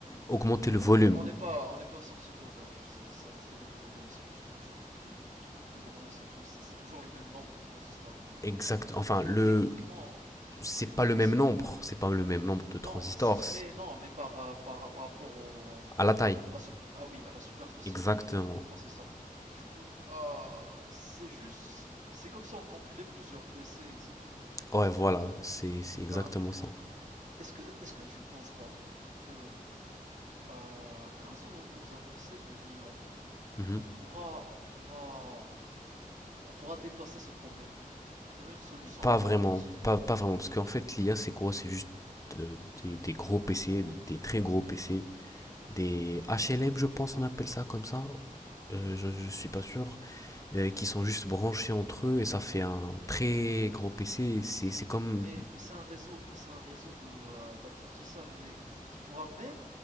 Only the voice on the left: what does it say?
augmenter
le volume.
Exact,
enfin le,
c'est
pas
le même nombre, c'est pas le même nombre de transistors
à la taille.
Exactement.
Ouais, voilà, c'est c'est exactement
ça.
Mhm.
Pas
vraiment, pas, pas vraiment, parce qu'en fait, l'IA, c'est quoi? C'est juste euh, des, des gros PC, des très gros PC, des HLM, je pense, on appelle ça comme ça. Euh, je, je suis pas sûr, euh, qui sont juste branchés entre eux et ça fait un très gros PC. C'est c'est comme